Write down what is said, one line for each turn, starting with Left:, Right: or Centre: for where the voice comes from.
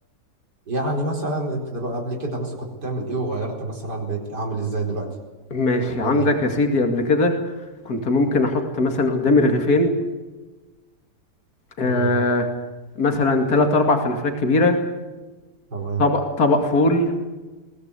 Right: يعني مثلا انت دلوقتي قبل كده مثلا كنت بتعمل ايه وغيرت مثلا بقيت عامل ازاي دلوقتي
Left: ماشي
Right: قول
Left: عندك
Right: لي
Left: يا سيدي قبل كده كنت ممكن احط مثلا قدامي رغيفين آه
Right: امم
Left: مثلا تلات اربع فلافلات كبيره
Right: تمام
Left: طبق طبق فول